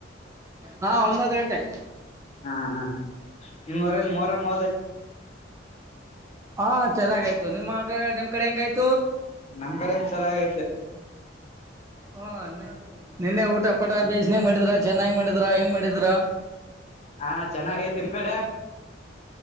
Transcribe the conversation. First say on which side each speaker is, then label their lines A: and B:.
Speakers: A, on the right; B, on the left.
A: ಹಾ ಒಂಬತ್ ಗಂಟೆ
B: ಹಾ ಹಾ ನಿಮ್ವರಲ್ಲಿ ಮೊರ ಮೊ
A: ಹಾ ಚೆನ್ನಾಗಯ್ತು ನಿಮ್ಮಗ ನಿಮ್ ಕಡೆ ಹೆಂಗಾಯ್ತು
B: ನಮ್ ಕಡೆ ಒನ್ಸರಾಗೈತೆ
A: ಹಾ ನಿನ್ನೆ ಊಟ ಪಟ ಬೇಿಸಿನ ಮಾಡಿದ್ರ ಚೆನ್ನಾಗಿ್ ಮಾಡಿದ್ರ ಹೆಂಗ್ ಮಾಡಿದ್ರ
B: ಹಾ ಚೆನ್ನಾಗ ತಿನ್ ಕಡೆ